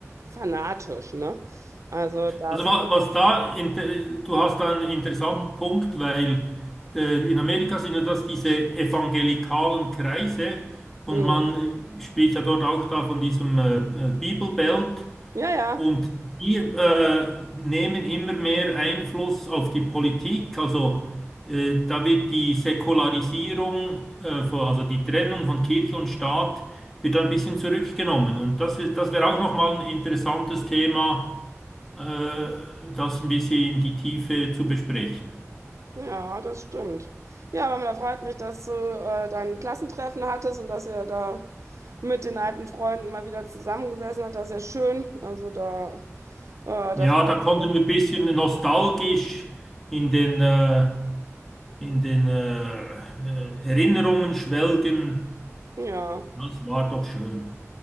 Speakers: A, on the right (about 70°); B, in the centre.
A: fanatisch, ne? Also das,
B: Also wa- was da, inter- du hast da einen interessanten Punkt, weil äh, in Amerika sind ja das diese evangelikalen Kreise und
A: Mhm.
B: man äh, spricht ja dort auch da von diesem äh, äh, Bibelbelt
A: ja, ja,
B: und die äh, nehmen immer mehr Einfluss auf die Politik. Also äh, da wird die Säkularisierung, äh, von, also die Trennung von Kirche und Staat, wird da ein bisschen zurückgenommen. Und das ist, das wäre auch nochmal ein interessantes Thema äh, das ein bisschen in die Tiefe zu besprechen.
A: ja, das stimmt. Ja, aber da freut mich, dass du äh, dein Klassentreffen hattest und dass ihr da mit den alten Freunden mal wieder zusammengesessen habt. Das ist ja schön. Also da, äh,
B: Ja,
A: da freut
B: da konnten
A: mich.
B: wir ein bisschen nostalgisch in den, äh, in den äh, äh, Erinnerungen schwelgen.
A: Ja.
B: Das war doch schön.